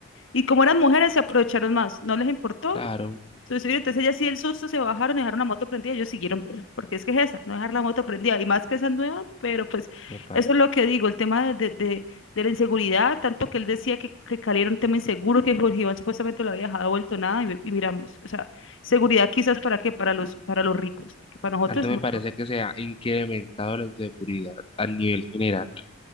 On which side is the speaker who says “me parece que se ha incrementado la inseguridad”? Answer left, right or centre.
Left